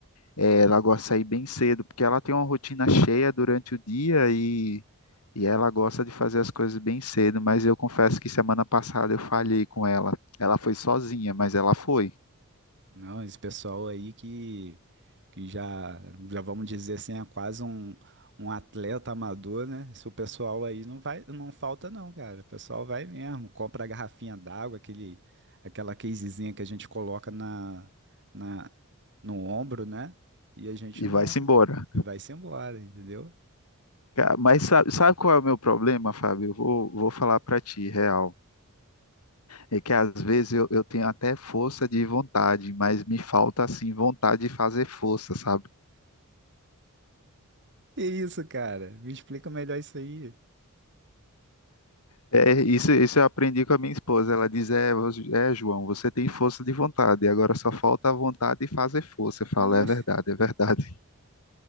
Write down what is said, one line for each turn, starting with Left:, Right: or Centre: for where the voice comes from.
Left: é, ela gosta de sair bem cedo, porque ela tem uma rotina cheia durante o dia e, e ela gosta de fazer as coisas bem cedo, mas eu confesso que semana passada eu falhei com ela. Ela foi sozinha, mas ela foi
Right: não, esse pessoal aí que, que já, já vamos dizer assim, é quase um, um atleta amador, né? Esse pessoal aí não vai, não falta não, cara. O pessoal vai mesmo, compra a garrafinha d'água, aquele, aquela casezinha que a gente coloca na, na, no ombro, né? E a gente
Left: e
Right: não
Left: vai-se embora.
Right: e vai-se embora, entendeu?
Left: Ca- Mas sabe, sabe qual é o meu problema, Fábio? Eu vou, vou falar para ti, real. É que às vezes eu, eu tenho até força de vontade, mas me falta assim vontade de fazer força, sabe?
Right: Que isso, cara? Me explica melhor isso aí.
Left: É, isso, isso eu aprendi com a minha esposa. Ela diz: é, vo- é, João, você tem força de vontade, agora só falta a vontade de fazer força. Eu falo:
Right: Ah,
Left: é verdade, é verdade.